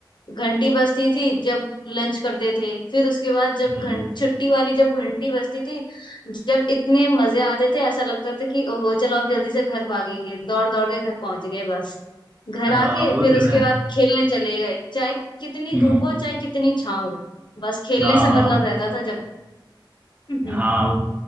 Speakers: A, on the left; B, on the right.
A: घंटी बजती थी जब लंच करते थे फिर उसके बाद जब
B: हाँ
A: घं छुट्टी वाली जब घंटी बजती थी जब इतने मजे आते थे ऐसा लगता था कि ओहो चलो अब जल्दी से घर भागेंगे दौड़ दौड़ के घर पहुंच गए बस घर
B: हाँ,
A: आके
B: वो
A: फिर
B: तो
A: उसके
B: है
A: बाद खेलने चले गए चाहे कितनी
B: हम्म,
A: धूप हो चाहे कितनी छाँव हो बस खेलने
B: हाँ
A: से
B: हाँ
A: मतलब रहता था जब <laughs> हम्म,
B: हाँ